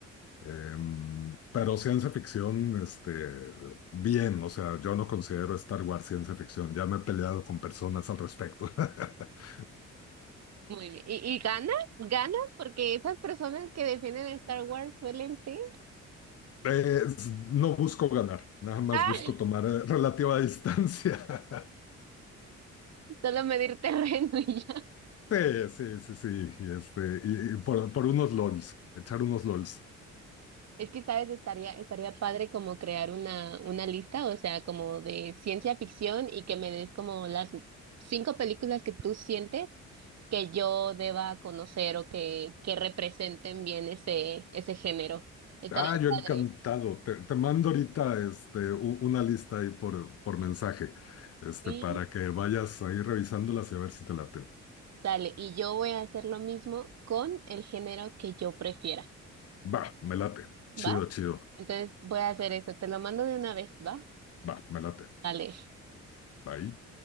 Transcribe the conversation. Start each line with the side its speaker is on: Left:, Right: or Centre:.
Left: Em, pero ciencia ficción, este, bien. O sea, yo no considero Star Wars ciencia ficción. Ya me he peleado con personas al respecto. <laughs>
Right: Muy bien. ¿Y, y ganas? ¿Ganas? Porque esas personas que defienden a Star Wars suelen ser.
Left: Eh, s- no busco ganar, nada más
Right: Ah,
Left: busco tomar eh, relativa distancia. <laughs>
Right: solo medir terreno y
Left: Sí, sí, sí, sí. y Este, y, y por, por unos LOLs, echar unos LOLs.
Right: Es que, ¿sabes? Estaría, estaría padre como crear una, una lista, o sea, como de ciencia ficción y que me des como las cinco películas que tú sientes que yo deba conocer o que, que representen bien ese, ese género. Estaría
Left: Ah, yo
Right: padre.
Left: encantado. Te, te mando ahorita este, u- una lista ahí por, por mensaje, este,
Right: Sí,
Left: para que vayas ahí revisándolas y a ver si te laten.
Right: dale. Y yo voy a hacer lo mismo con el género que yo prefiera.
Left: Va, me late. Chido,
Right: ¿Va?
Left: chido.
Right: Entonces voy a hacer esto. Te lo mando de una vez, ¿va?
Left: Va, me late.
Right: Dale.
Left: Bye.